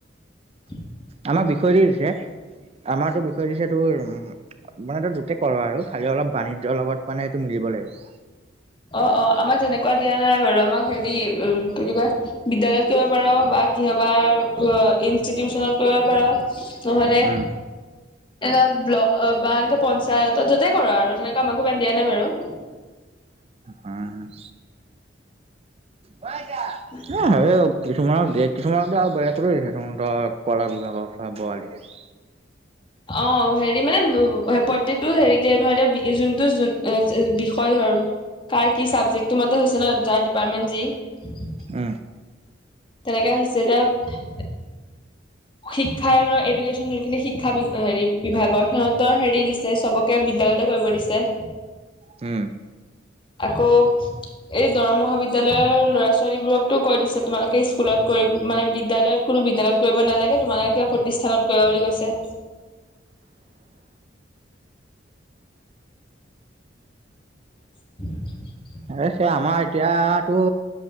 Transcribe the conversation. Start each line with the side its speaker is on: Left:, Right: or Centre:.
Left: <inaudible>
Right: আমাক বিষয় দি দিছে। আমাৰতো বিষয় দিছে তোৰ মানে তই য'তে কৰ আৰু, খালি অলপ বাণিজ্যৰ লগত মানে এইটো মিলিব লাগিব।
Left: অ' অ', আমাক যেনেকুৱা দিয়া নাই বাৰু, আমাক হেৰি উম, কি বুলি কয় বিদ্যালয়ত কৰিব পাৰ বা কিহবাৰ অ' ইনষ্টিটিউচনত কৰিব পাৰ। নহ'লে,
Right: উম
Left: এনেকুৱা ব্লক অ'-বা এনেকে পঞ্চায়তত, য'তেই কৰ আৰু, তেনেকুৱা আমাকো ইমান দিয়া নাই বাৰু।
Right: উম অ' আইতা
Left: <unintelligible>
Right: অ' হেৰি, কিছুমানক দিয়ে-কিছুমানকতো আৰু বেলেগতো দিছে, তহঁতৰ কলা বিভাগৰ <unintelligible>
Left: অ', হেৰি মানে প্ৰত্যেকটো হেৰিতে ধৰ এতিয়া, যোনটো-যোন অ'-এ' বিষয় হয় কাৰ কি ছাবজেক্টটো মতে হৈছে ন, যাৰ ডিপাৰ্টমেণ্ট যি।
Right: উম
Left: তেনেকুৱা হৈছে, এতিয়া শিক্ষাই মানে এডুকেশ্যন যোনখিনি শিক্ষা বি-অ' হেৰি বিভাগৰ, সিহঁতৰ হেৰি দিছে, চবক কে বিদ্যালয়তে কৰিব দিছে।
Right: উম।
Left: আকৌ এই দৰং মহাবিদ্যালয়ৰ ল'ৰা-ছোৱালীবোৰকতো কৈ দিছে, তোমালোকে স্কুলত কৰি মানে বিদ্যালয়ত কোনো বিদ্যালয়ত কৰিব নালাগে, তোমালোকে কিবা প্ৰতিষ্ঠানত কৰিবা বুলি কৈছে। <unintelligible>
Right: অৱশ্যে, আমাৰ এতিয়াতো